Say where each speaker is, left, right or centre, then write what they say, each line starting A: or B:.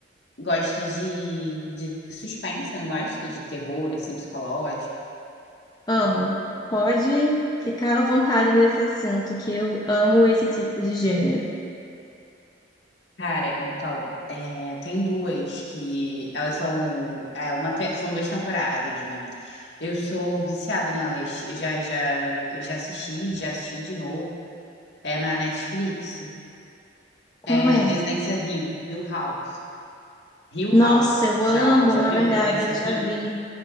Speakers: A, on the left (about 70°); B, on the left (about 20°).
A: gosta de, de suspense, não gosta de terror, assim, psicológico?
B: Amo. Pode ficar à vontade nesse assunto, que eu amo esse tipo de gênero.
A: Cara, então, é, tem duas que elas são, é, uma, te- são duas temporadas, né? Eu sou viciada nelas. Eu já, já, eu já assisti, já assisti de novo. É na Netflix.
B: Qual
A: É
B: é?
A: Residência Rio, Hill House. Hill
B: Nossa,
A: House.
B: eu amo,
A: Já, já
B: na
A: ouviu?
B: verdade,
A: Residência
B: eu já
A: Hill.
B: vi,